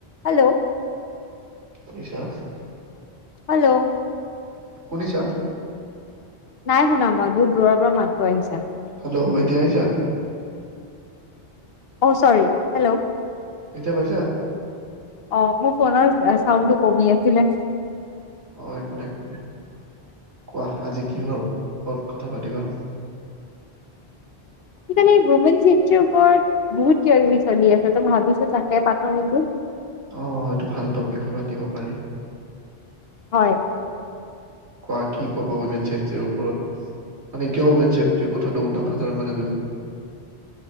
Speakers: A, on the left; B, on the right.
A: Hello.
B: <unintelligible>
A: Hello.
B: শুনিছা?
A: নাই শুনা মই বহুত দূৰৰ পৰা মাতটো আহিছে।
B: হেল্ল' এতিয়া আহিছে?
A: অ চৰি হেল্ল'।
B: এতিয়া পাইছা?
A: অ মোৰ ফোনৰ চাউণ্ডটো কমি আছিলে।
B: অ একো নাই। কোৱা আজি কিহৰ ওপৰত কথা পাতিবা?
A: আজিকালি ৱমেন চেফ্টিৰ ওপৰত বহুত কিবাকিবি চলি আছে ভাবিছো তাকে পাতো নেকি?
B: অ এইটো ভাল টপিকত পাতিব পাৰি।
A: হয়।
B: কোৱা কি ক'বা উইমেন চেফ্টিৰ ওপৰত মানে কিয় উইমেন চেফ্টিৰ কথাটো ওলালা তাৰমানে তুমি?